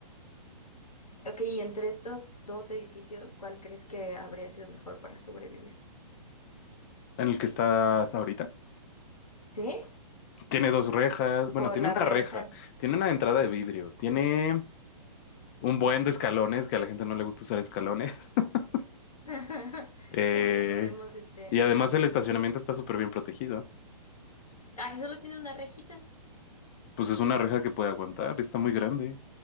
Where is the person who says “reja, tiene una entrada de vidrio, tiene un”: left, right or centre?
Left